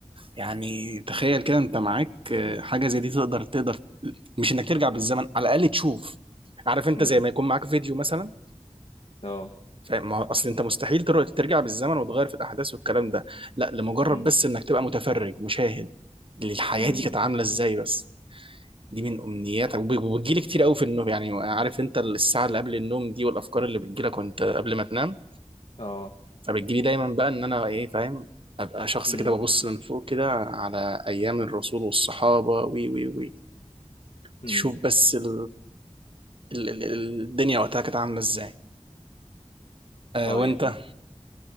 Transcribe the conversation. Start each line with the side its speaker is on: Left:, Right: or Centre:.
Right: يعني تخيل كده انت معاك آه، حاجة زي دي تقدر تقدر مش انك ترجع بالزمن على الأقل تشوف عارف انت
Left: امم
Right: زي ما يكون معاك فيديو مثلا
Left: اه
Right: فاهم ما هو اصل انت مستحيل تر- ترجع بالزمن وتغير في الأحداث والكلام ده لا لمجرد
Left: امم
Right: بس انك تبقى متفرج مشاهد للحياة
Left: امم
Right: دي كانت عاملة ازاي بس دي من أمنياتك وب- وبتجيلي كتير قوي في النوم يعني عارف انت الساعة اللي قبل النوم دي والأفكار اللي بتجيلك وانت قبل ما تنام
Left: اه
Right: فبتجيلي دايما بقى ان انا ايه فاهم ابقى شخص
Left: امم
Right: كده ببص من فوق كده على ايام الرسول والصحابه وي وي وي
Left: امم
Right: تشوف بس ال... ال... ال... ال- الدنيا وقتها كانت عامله ازاي آه
Left: طيب
Right: وانت